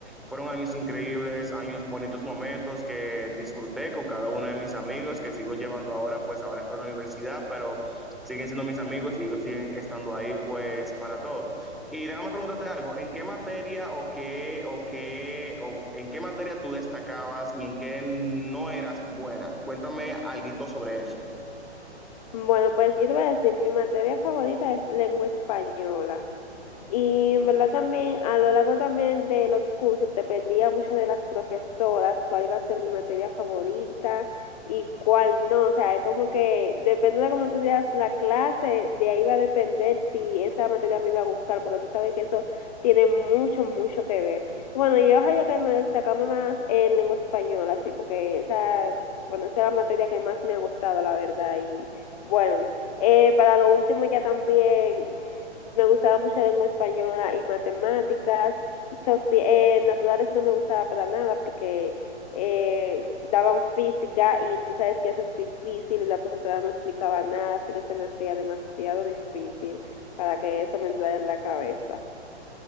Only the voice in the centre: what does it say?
fueron años increíbles, años bonitos momentos que disfruté con cada uno de mis amigos que sigo llevando ahora pues ahora estoy en la universidad, pero siguen siendo mis amigos y ellos siguen estando ahí pues para todo. Y déjame preguntarte algo, ¿en qué materia o qué o qué o en qué materia tú destacabas y en qué no eras buena? Cuéntame algo sobre eso.